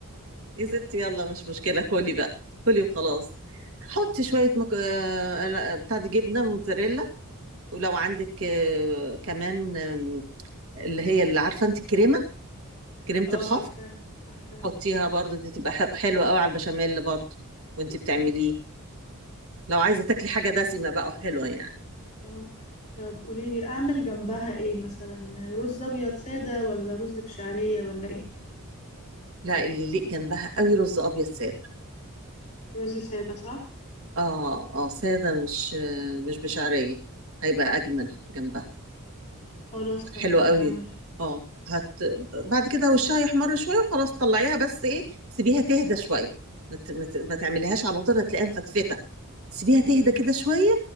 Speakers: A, on the right; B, on the left.
A: يا ستي يلا مش مشكلة كلي بقى كلي وخلاص حطي شوية مك... آه، لا، بتاع دي جبنة موتزاريلا ولو عندك آه، كمان آم، اللي هي اللي عارفة انت الكريمة كريمة
B: اه
A: الخفق
B: عارفه عارفه
A: حطيها برضو دي تبقى ح- حلوة قوي على البشاميل برضو وانت بتعمليه لو عايزة تاكلي حاجة دسمة بقى وحلوة يعني
B: اه طب قولي لي اعمل جنبها ايه مثلا رز ابيض ساده ولا رز بشعريه ولا ايه
A: لا اللي يليق جنبها قوي رز أبيض سادة
B: رز سادة صح؟
A: اه اه سادة مش آه، مش بشعرية هيبقى أجمل جنبها
B: خلاص تمام
A: حلو قوي
B: هعملها
A: اه هت بعد كده وشها يحمر شويه وخلاص طلعيها بس ايه سيبيها تهدى شويه ما ت- ما ت- ما تعمليهاش على طول هتلاقيها مفتفته سيبيها تهدى
B: امم
A: كده شويه